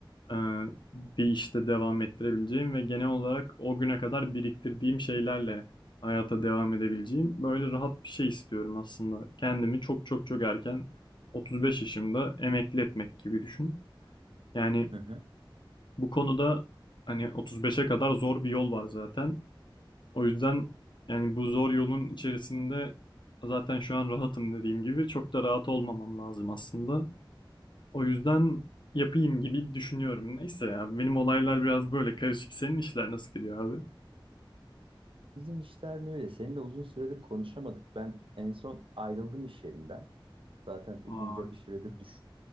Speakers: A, on the left; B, on the right.
A: e, bir işte devam ettirebileceğim ve genel olarak o güne kadar biriktirdiğim şeylerle hayata devam edebileceğim böyle rahat bir şey istiyorum aslında. Kendimi çok çok çok erken 35 yaşımda emekli etmek gibi düşün. Yani
B: Hı hı.
A: bu konuda hani 35'e kadar zor bir yol var zaten. O yüzden yani bu zor yolun içerisinde zaten şu an rahatım dediğim gibi çok da rahat olmamam lazım aslında. O yüzden yapayım gibi düşünüyorum. Neyse ya benim olaylar biraz böyle karışık. Senin işler nasıl gidiyor abi?
B: Bizim işler ne öyle. Seninle uzun süredir konuşamadık. Ben en son ayrıldım iş yerinden. Zaten uzunca
A: Ay.
B: bir süredir düş-